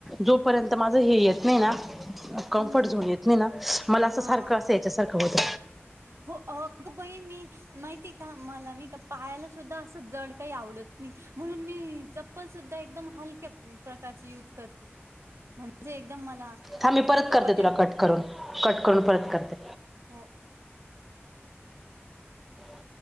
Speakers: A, in the centre; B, on the right.
A: जोपर्यंत माझ हे येत नाही ना. कम्फर्ट
B: हम्म
A: झोन येत नाही ना मला असं
B: हा
A: सारखं असं याच्यासारखं होत.
B: हो अ बाई मी माहिती का मला नाही का पाहायला सुद्धा अस जड काही आवडत नाही म्हणून मी चप्पल सुद्धा एकदम हलक्या प्रकारची यूज करते. म्हणजे एकदम मला.
A: थांब मी
B: हलकं
A: परत करते
B: वाटेल
A: तुला
B: बघ
A: कट करून कट करून
B: हो
A: परत करते.
B: हो
A: <inaudible>